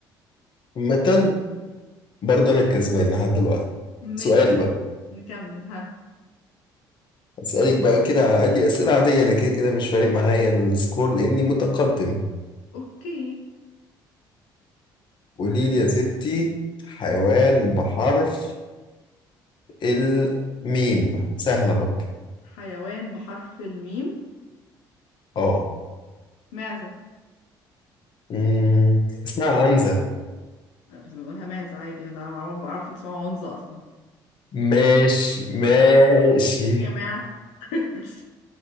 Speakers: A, on the left; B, on the left.
A: متن برضه انا الكسبان لحد دلوقتي
B: ما
A: سؤالي بقى
B: نكمل ها
A: اسالك بقى كده عادي اسئله عاديه انا كده كده مش فارق معايا السكور لاني متقدم
B: اوكي
A: قولي لي يا ستي حيوان بحرف الميم سهله برضه
B: حيوان بحرف الميم
A: اه
B: معزه
A: أمم، اسمها عنزه
B: آه، بس بنقولها معزه عادي ده عم- عارف ان اسمها عنزه اصلا
A: ماشي ماشي
B: يا جماعه <laughs>